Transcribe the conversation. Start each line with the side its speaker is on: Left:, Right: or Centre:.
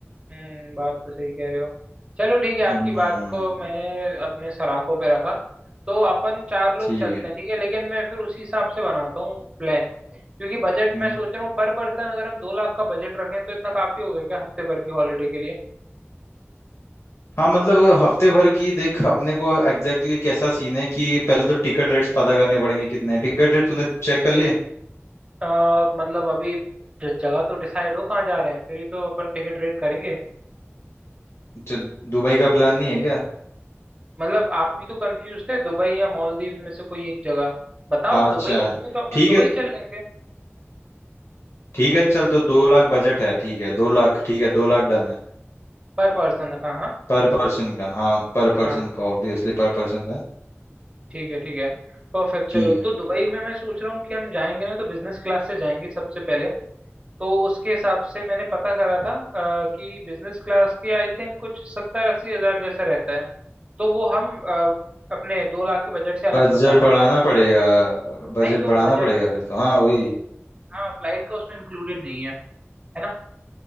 Right: हम्म बात तो सही कह रहे हो चलो ठीक है आपकी
Left: हम्म
Right: बात को मैंने अपने सराखों पे रखा तो अपन चार लोग
Left: ठीक
Right: चलते
Left: है
Right: हैं ठीक है लेकिन मैं फिर उसी हिसाब से बनाता हूँ प्लान क्योंकि बजट
Left: हम्म।
Right: मैं सोच रहा हूँ पर पर्सन अगर हम दो लाख का बजट रखें तो इतना काफी हो गया क्या हफ्ते भर की हॉलीडे के लिए
Left: हाँ मतलब हफ्ते भर की देख अपने को एग्जैक्टली exactly कैसा सीन है कि पहले तो टिकट रेट्स पता करने पड़ेंगे कितने हैं टिकट रेट तूने चेक कर लिए
Right: अ, मतलब अभी ज- जगह तो डिसाइड हो कहाँ जा रहे हैं फिर ही तो अपन टिकट रेट करेंगे
Left: अच्छा दुबई का प्लान नहीं है क्या
Right: मतलब आप भी तो कंफ्यूज थे दुबई या मालदीव्स में से कोई एक जगह बताओ
Left: अच्छा
Right: आप दुबई की तो अपन
Left: ठीक
Right: दुबई
Left: है
Right: चल लेंगे
Left: ठीक है ना चल तो दो लाख बजट है ठीक है दो लाख ठीक है दो लाख डन है
Right: पर पर्सन का हाँ
Left: पर पर्सन का हाँ पर पर्सन
Right: हाँ
Left: का ऑब्वियसली पर पर्सन का
Right: ठीक है ठीक है परफेक्ट
Left: ठीक
Right: चलो
Left: है
Right: तो दुबई में मैं सोच रहा हूँ कि हम जाएंगे ना तो बिजनेस क्लास से जाएंगे सबसे पहले तो उसके हिसाब से मैंने पता करा था अ, कि बिजनेस क्लास की आई थिंक कुछ सत्तर अस्सी हजार जैसा रहता है तो वो हम अ, अपने दो लाख के बजट से अलग
Left: बजट
Right: बता रहा
Left: बढ़ाना
Right: हूँ मैं
Left: पड़ेगा बजट
Right: नहीं तो
Left: बढ़ाना
Right: बजट
Left: पड़ेगा फिर तो हाँ वही
Right: हाँ फ्लाइट का उसमें इंक्लूडेड नहीं है है ना